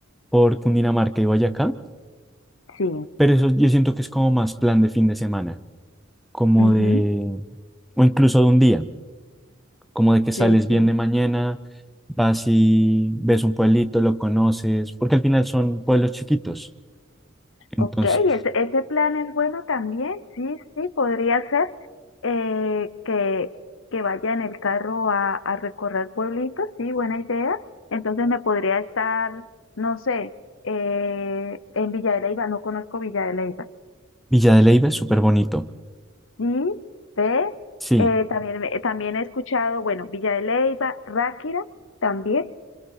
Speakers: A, in the centre; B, on the left.
A: por Cundinamarca y Boyacá,
B: Sí,
A: pero eso yo siento que es como más plan de fin de semana, como
B: ujú,
A: de, o incluso de un día, como de que sales
B: sí,
A: bien
B: sí.
A: de mañana, vas y ves un pueblito, lo conoces, porque al final son pueblos chiquitos. Entonces,
B: Ok, ese, ese plan es bueno también, sí, sí, podría ser eh, que, que vaya en el carro a, a recorrer pueblitos, sí, buena idea. Entonces me podría estar, no sé, eh, en Villa de Leyva, no conozco Villa de Leyva.
A: Villa de Leyva es súper bonito.
B: Sí, ve,
A: Sí,
B: eh, también, me- también he escuchado, bueno, Villa de Leyva, Ráquira también,